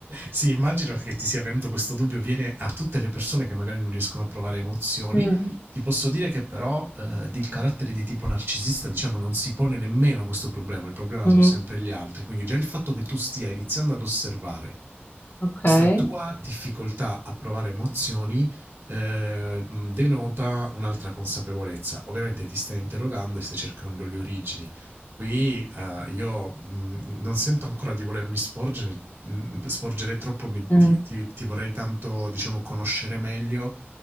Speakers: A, on the right; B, on the left.
A: sì, immagino che ti sia venuto questo dubbio, viene a tutte le persone che magari non riescono a provare emozioni.
B: Mm.
A: Ti posso dire che però eh, il carattere di tipo narcisista, diciamo, non si pone nemmeno questo problema, il problema
B: Mm,
A: sono sempre gli altri, quindi già il fatto che tu stia iniziando ad osservare
B: ok.
A: questa tua difficoltà a provare emozioni eh, denota un'altra consapevolezza. Ovviamente ti stai interrogando e stai cercando le origini, Qui eh, io mh, non sento ancora di volermi sporgere, mh, sporgere troppo, mi-
B: Mm,
A: ti, ti- ti vorrei tanto, diciamo, conoscere meglio,